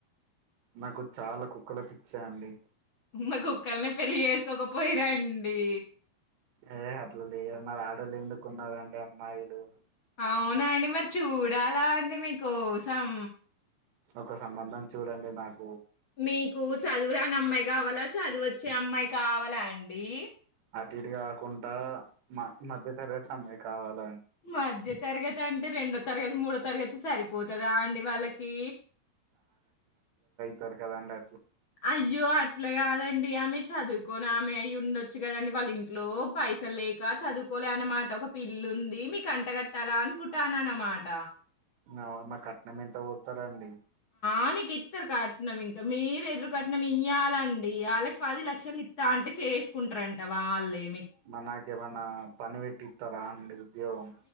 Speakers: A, on the right (about 85°); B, on the left (about 45°).
A: నాకు చాలా కుక్కల పిచ్చేఅండి.
B: మరి కుక్కల్నే పెళ్లి చేసుకోకపోయిర అండి
A: ఏ అట్లు లేదు మరి ఆడోల్లు ఎందుకు ఉన్నరండి అమ్మాయిలు?
B: అవునా అండి మరి చూడాలా అండి మీకోసం
A: ఒక సంబంధం చూడండి నాక్
B: మీకు చదువురాని అమ్మాయి కావాలా చదువచ్చే అమ్మాయి కావాలా అండి
A: అటు ఇటు కాకుండా మ మధ్య తరగతి అమ్మాయి కావాల
B: మధ్య తరగతి అంటే రెండో తరగతి మూడో తరగతి సరిపోతదా అండి వాళ్ళకీ
A: తర్ కదండీ
B: అయ్యో అ ఇట్లా కాదండి ఆమె చదువుకోని ఆమె అయి ఉండొచ్చు కదండి. వాళ్ళ ఇంట్లో పైసలు లేక చదువుకో పోలే అనమాట ఒక పిల్లుంది. మీకు అంటగట్టాల అనుకుంటాన అన్నమాట.
A: అవునా కట్నం ఎంత పోత్తరండి?
B: ఆమెకి ఇస్తారు కట్నం ఇంకా మీరు ఎదురు కట్నం ఇయ్యాలండి అళ్ళకి పది లక్షలు ఇత్త అంటే చేసుకుంటారంట వాళ్లే
A: మనకే మనా పనివెట్టితారా అండి ఉద్యోగం